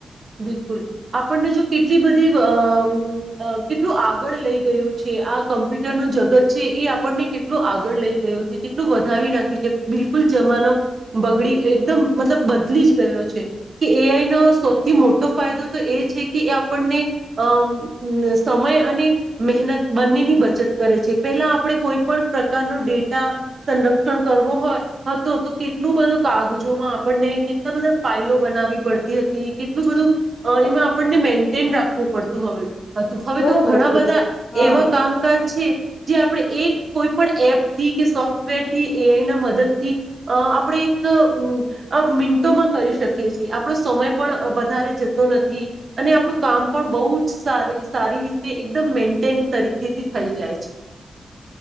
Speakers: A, on the right; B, on the left.
A: બિલકુલ આપણને જો કેટલી બધી અ અ કેટલું આગળ લઈ ગયું છે આ કમ્પ્યુટરનું જગત છે એ આપણને કેટલું આગળ લઈ ગયું છે કેટલું વધાવી નાખ્યું છે બિલકુલ જમાનો બગડી એકદમ મતલબ બદલી જ ગયો છે કે એ આઈનો શો થી મોટો ફાયદો તો એ છે કે એ આપણને અ ઉમ સમય અને મહેનત બંનેની બચત કરે છે પહેલા આપણે કોઈ પણ પ્રકારનો ડેટા સંરક્ષણ કરવો હોય હતો તો કેટલું બધું કાગજોમાં આપણને કેટલા બધા ફાાઈલો બનાવવી પડતી હતી. કેટલું બધું અ એમાં આપણને મેન્ટેન રાખવું પડતું હવે હતું હવે
B: બરોબર
A: તો ઘણા
B: કીધું
A: બધા
B: હા
A: એવા કામકાજ છે. જે આપણે એક કોઈપણ એપથી કે સોફ્ટવેર થી એ આઈ ના મદદ થી અ આપણે એક ઉમ આ મિન્ટોમાં કરી શકીએ છીએ આપણો સમય પણ અ વધારે જતો નથી અને આપણું કામ પણ બહુ જ સારી સારી રીતે એકદમ મેન્ટેન તરીકે તેથી થઈ જાય છે.